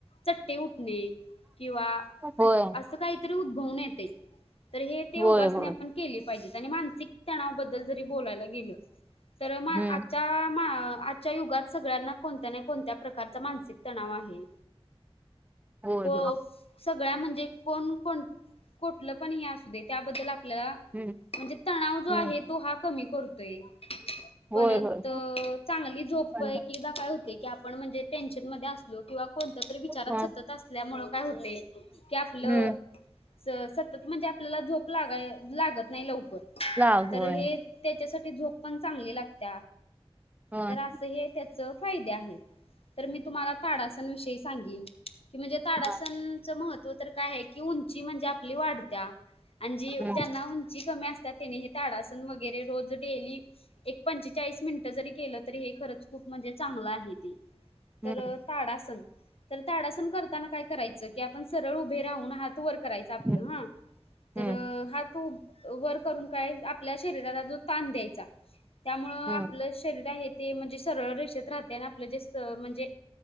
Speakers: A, on the left (about 70°); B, on the right (about 15°).
A: चट्टे उठणे किंवा
B: होय
A: असं काहीतरी उद्भवणे य तर हे उपासना
B: होय होय.
A: आपण केली पाहिजे त्याने मानसिकता बोलायला गे तर
B: हम्म
A: आ च्या युगात सगळ्यांना कोणत्या ना कोणत्या प्रकारचा मानसिक तणाव आहे
B: होय
A: को
B: होय
A: सग म्हणजे कोठलं पण अस दे त्याबद्दल आप
B: हम्म
A: म्हणजे तणाव जो आहे
B: हम्म.
A: तो हा कमी करतोय
B: होय
A: परत
B: होय
A: चांगली झो
B: हम्म
A: काय होते की आपण म्हणजे टेन्शन म असलोिं कोण तरी विचारात
B: हम्म
A: सतत असल्यामुळे काय होते की आपलं
B: हम्म
A: सतत म्हणजे आपल्याला झोप लागाय लागत नाही लवकर
B: लाव
A: तर
B: होय
A: हे त्याच्यासाठी झोप पण चांगली लागत
B: होय
A: तर असं हे त्याच फायदे आहे तर मी तुम्हाला ताडासणविषयी सांगेन कि म्हणजे ताडासणच
B: हम्म
A: महत्त्व तर काय आहे की उंची म्हणजे आपली वाढत्या आणि जी
B: हम्म
A: ज्यांना उंची कमी असतात त्यांनी हे ताडासन वगैरे रोज डेली एक पंचेचाळीस मिनिट जरी केलं तरी हे खरच खूप म्हणजे चांगलं आहे ते
B: हम्म
A: तर ताड असल तर ताडासण करताना काय करायचं की आपण सरळ उभे राहून हात वर करायचं आपलं
B: हम्म
A: हा तर
B: हम्म
A: हा तो वर आपल्या शरी ताण द्याय त्यामुळे
B: हम्म
A: आपल्या शरीर या आप शरी रआहे म्हण सळर रेषेत राहतआपलं जास् म्हणजे